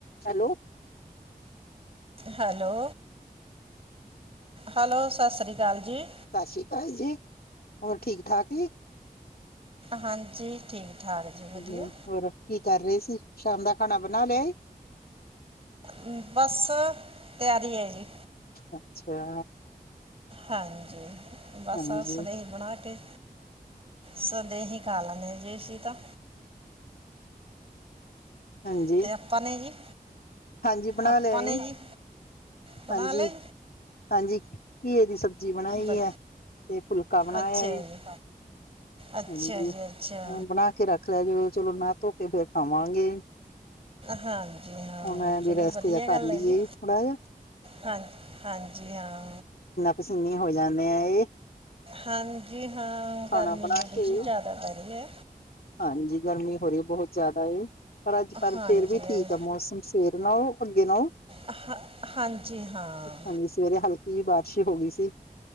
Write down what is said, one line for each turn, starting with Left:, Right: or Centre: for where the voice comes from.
Left: Hello.
Right: Hello. Hello ਸਤਿ ਸ਼੍ਰੀ ਅਕਾਲ ਜੀ।
Left: ਸਤਿ ਸ਼੍ਰੀ ਅਕਾਲ ਜੀ ਹੋਰ ਠੀਕ ਠਾਕ ਜੀ।
Right: ਹਾਂਜੀ ਠੀਕ। ਠਾਕ ਜੀ ਵਧੀਆ
Left: ਹ ਹੋਰ ਕੀ ਕਰ ਰਹੇ ਸੀ ਸ਼ਾਮ ਦਾ ਖਾਣਾ ਬਣਾ ਲਿਐ।
Right: ਹਮ ਬਸ ਤਿਆਰੀ ਹੈ ਜੀ।
Left: ਅੱਛਾ।
Right: ਹਾਂਜੀ ਬਸ
Left: ਹਾਂਜੀ
Right: ਸਦੇਹੀ ਬਣਾ ਕੇ। ਸਦੇਹੀ ਖਾ ਲੈਦੇ ਅਸੀ ਤਾਂ।
Left: ਹਾਂਜੀ।
Right: ਅਤੇ ਆਪਾਂ ਨੇ ਜੀ
Left: ਹਾਂਜੀ ਬਣਾ
Right: ਆਪਾਂ
Left: ਲਿਆ
Right: ਨੇ
Left: ਏ
Right: ਜੀ ਬਣਾ
Left: ਹਾਂਜੀ
Right: ਲਿਐ।
Left: ਹਾਂਜੀ ਘੀਏ ਦੀ ਸਬਜ਼ੀ ਬਣਾਈ
Right: ਬ
Left: ਹੈ ਤੇ ਫੁਲਕਾ ਬਣਾਇਆ
Right: ਅੱਛਾ
Left: ਏ।
Right: ਜੀ ਅੱਛਾ
Left: ਹਾਂਜੀ
Right: ਜੀ ਅੱਛਾ
Left: ਹੁਣ ਬਣਾ ਕੇ ਰੱਖ ਲਿਆ ਜੀ ਚਲੋ ਨਹਾ ਧੋ ਕੇ ਫੇਰ ਖਾਵਾਂਗੇ।
Right: ਹਾਂਜੀ ਹਾਂ
Left: ਹੁਣ ਵੀ
Right: ਚਲੋ
Left: ਰੈਸਟ
Right: ਵਧੀਆ
Left: ਜਾ ਕਰ
Right: ਗੱਲ ਹੈ
Left: ਲਈਏ
Right: ਜੀ।
Left: ਥੋੜਾ ਜਿਹਾ
Right: ਹਾਂ, ਹਾਂਜੀ ਹਾਂ।
Left: ਪਸੀਨੀਆਂ ਹੋਇਆਂ ਨੇ।
Right: ਹਾਂਜੀ ਹਾਂ,
Left: ਖਾਣਾ
Right: ਗਰਮੀ
Left: ਬਣਾ
Right: ਥੋੜੀ
Left: ਕੇ
Right: ਜੀ ਜਾਦਾ ਪੈ ਰੀ ਐ।
Left: ਹਾਂਜੀ ਗਰਮੀ ਹੋ ਰੀ ਏ ਬਹੁਤ ਜਾਦਾ ਈ। ਪਰ ਅੱਜ ਪਰ
Right: ਹਾਂਜੀ
Left: ਫੇਰ ਵੀ ਠੀਕ ਆ ਮੌਸਮ ਸਵੇਰੇ ਨਾਓ ਅੰਗੇ ਨਾਓ।
Right: ਹਾਂ ਹਾਂਜੀ ਹਾਂ
Left: ਹਾਂਜੀ ਸਵੇਰੇ ਹਲਕੇ ਈ ਬਾਰਿਸ਼ ਈ ਹੋ ਗਈ ਸੀ।